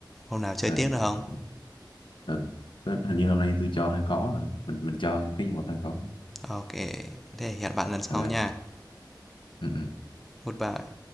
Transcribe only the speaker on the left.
Ờ,
ừ, ờ. Đó, hình như hôm nay tôi cho hơi khó rồi mình mình cho cái nhân vật hơi khó
Ờ,
ừ, ừ.